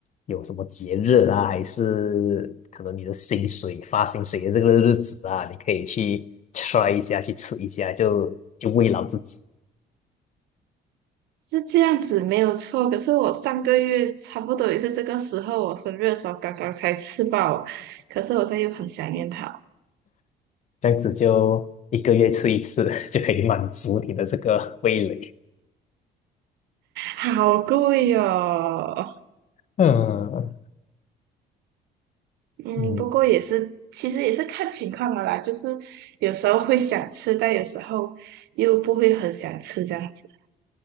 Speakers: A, on the left; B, on the right.
A: 有什么节日啊，还是可能你的薪水发薪水的这个日子啊，你可以去 try 一下，去吃一下，就就慰劳自己。
B: 是这样子没有错，可是我上个月差不多也是这个时候，我生日的时候刚刚才吃饱，可是我现在又很想念它，
A: 这样子就一个月吃一次，<laughs> 就可以满足你的这个味蕾。
B: 好贵哦。
A: 嗯
B: 嗯，
A: 嗯，
B: 不过也是，其实也是看情况的啦，就是有时候会想吃，但有时候又不会很想吃这样子。